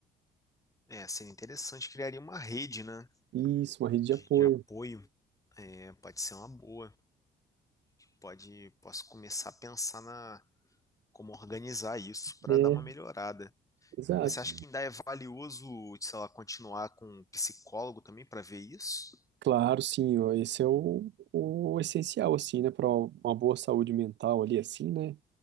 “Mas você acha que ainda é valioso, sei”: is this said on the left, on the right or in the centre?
Left